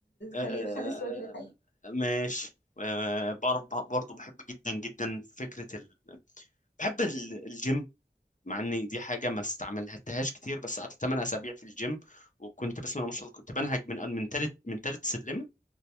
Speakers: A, on the left (about 45°); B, on the left (about 80°).
A: آه
B: خلي خلي السعودي للحقيقة
A: آه، ماشي آه بعرف برضه بحب جدا جدا فكره ال... بحب ال- الجيم مع ان دي حاجه ما استعملتهاش كتير بس قعدت 8 اسابيع في الجيم وكنت بسم الله ما شاء الله كنت بنهج من من تالت من تالت سلمه